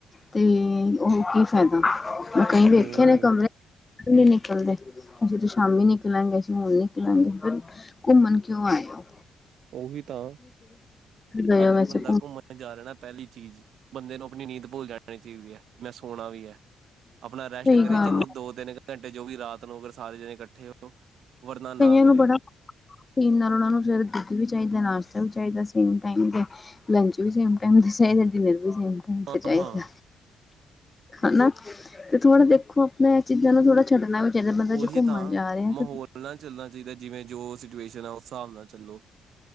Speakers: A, on the left; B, on the right.
A: ਤੇ ਓਹ ਕੀ ਫੈਦਾ? ਮੈਂ ਕਈ ਵੇਖੇ
B: ਹੂੰ,
A: ਨੇ, ਕਮਰੇ ਨੀ ਨਿਕਲਦੇ, ਅਜੇ ਤੇ ਸ਼ਾਮੀ ਨਿਕਲ ਨਿਕਲਾਂਗੇ ਅਸੀ ਹੋਣ ਨਿਕਲਾਂਗੇ। ਫਿਰ, ਘੁੰਮਣ ਕਿਉਂ ਆਏ ਔ?
B: ਓਹੀ ਤਾਂ,
A: ਗਏ
B: ਅਗਰ
A: ਹੋ ਵੈਸੇ
B: ਬੰਦਾ ਘੁੰਮਣ ਜਾ ਰਿਐ, ਨਾ ਪੈਲੀ ਚੀਜ਼ ਬੰਦੇ ਨੂੰ ਅਪਣੀ ਨੀਂਦ ਭੁੱਲ ਜਾਣੀ ਚਾਈਦੀ ਐ, ਮੈਂ ਸੋਣਾ ਵੀ ਐ। ਅਪਣਾ
A: ਸਹੀ
B: ਰੈਸਟ ਕਰੇ,
A: ਗੱਲ
B: ਚਲੋ ਦੋ-ਤਿੰਨ ਘੰਟੇ ਜੋ ਵੀ ਰਾਤ ਨੂੰ, ਅਗਰ ਸਾਰੇ ਜਣੇ ਕੱਠੇ ਹੋ ਵਰਨਾ ਨਾ
A: ਕਈਆਂ
B: ਕਰੇ
A: ਨੂੰ ਬੜਾ ਇਹਨਾਂ ਫਿਰ ਦੁੱਧ ਵੀ ਚਾਹੀਦਾ, ਨਾਸ਼ਤਾ ਵੀ ਚਾਈਦੈ, ਸੇਮ ਟਾਈਮ ਤੇ। ਲੰਚ ਵੀ ਸੇਮ ਟਾਈਮ ਤੇ ਚਾਈਦੈ, ਡਿਨਰ ਵੀ ਸੇਮ ਟਾਈਮ
B: ਹਾਂ
A: ਤੇ ਚਾਈਦੈ।
B: ਹਾਂ
A: ਹਨਾ, ਤੇ ਥੋੜਾ ਦੇਖੋ, ਅਪਣਾ ਐ ਚੀਜ਼ਾਂ ਨੂੰ ਥੋੜਾ ਛੱਡਣਾ ਵੀ ਜਦੋਂ ਬੰਦਾ
B: ਉਹੀ
A: ਜੇ ਘੁੰਮਣ
B: ਤਾਂ
A: ਜਾ ਰਿਐ
B: ਮਾਹੌਲ
A: ਤੇ
B: ਨਾਲ ਚੱਲਣਾ ਚਾਈਦੈ, ਜਿਵੇਂ ਜੋ ਸਿਚੁਏਸ਼ਨ ਐ, ਉਸ ਸਾਬ ਨਾਲ ਚੱਲੋ।